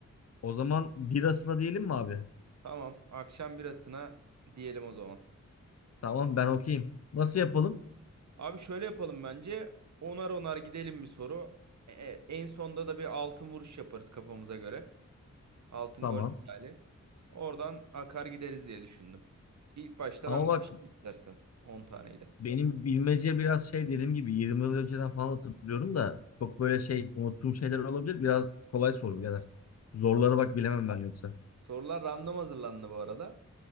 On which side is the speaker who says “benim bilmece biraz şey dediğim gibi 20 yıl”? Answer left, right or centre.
Left